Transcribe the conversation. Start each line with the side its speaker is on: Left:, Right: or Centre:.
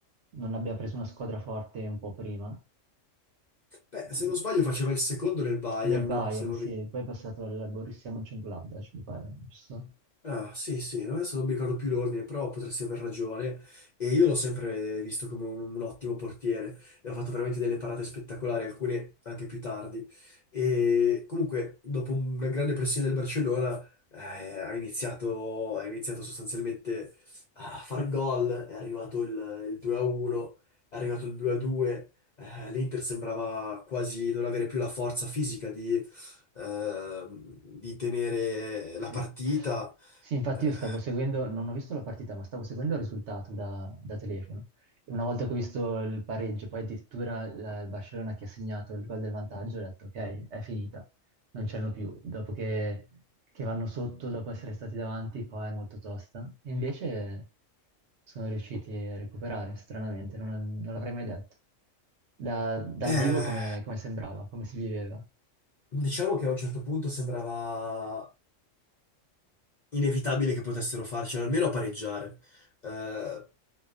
Right: non abbia preso una squadra forte un po' prima.
Left: beh,
Right: Perché-
Left: se non sbaglio faceva il secondo nel Bayern,
Right: Nel Bayern,
Left: se non
Right: sì,
Left: ri-
Right: poi è passato al Borussia Mönchengladbach, mi pare, giusto?
Left: Ah, sì, sì, no, adesso non mi ricordo più l'ordine, però potresti aver ragione. E io l'ho sempre visto come un, un ottimo portiere e ha fatto veramente delle parate spettacolari, alcune anche più tardi. E comunque, dopo una grande pressione del Barcellona, eh, ha iniziato, ha iniziato sostanzialmente a far gol. È arrivato il, il 2-1, è arrivato il 2-2. eh, l'Inter sembrava quasi non avere più la forza fisica di ehm, di tenere la
Right: Sì.
Left: partita
Right: Sì, infatti
Left: eh,
Right: io stavo seguendo, non ho visto la partita, ma stavo seguendo il risultato da, da telefono. E una volta che ho visto il pareggio, poi addirittura la- il Barcellona che ha segnato il gol del vantaggio, ho detto ok, è finita, non c'erano più. Dopo che, che vanno sotto, dopo essere stati davanti, qua è molto tosta. E invece sono riusciti a recuperare, stranamente, non, non l'avrei mai detto. Da- dal
Left: eh,
Right: vivo come, come sembrava, come si viveva.
Left: diciamo che a un certo punto sembrava inevitabile che potessero farcela, almeno a pareggiare. Eh,